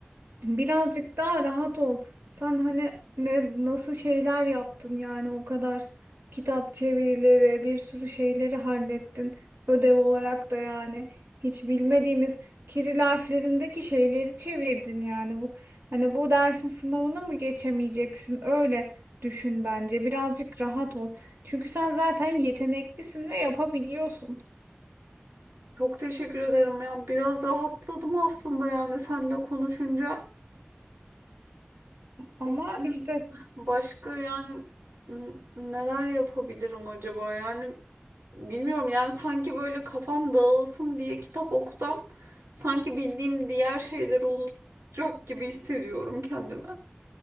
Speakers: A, on the right; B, on the right.
A: Birazcık daha rahat ol. Sen hani ne, nasıl şeyler yaptın yani o kadar kitap çevirileri, bir sürü şeyleri hallettin. Ödev olarak da yani hiç bilmediğimiz Kiril harflerindeki şeyleri çevirdin yani bu hani bu dersin sınavını mı geçemeyeceksin öyle düşün bence birazcık rahat ol. Çünkü sen zaten yeteneklisin ve yapabiliyorsun.
B: Çok teşekkür ederim ya. Biraz rahatladım aslında yani seninle konuşunca.
A: Ama
B: Yani
A: işte
B: başka yani n- neler yapabilirim acaba? Yani bilmiyorum yani sanki böyle kafam dağılsın diye kitap okusam sanki bildiğim diğer şeyleri unutacak gibi hissediyorum kendimi.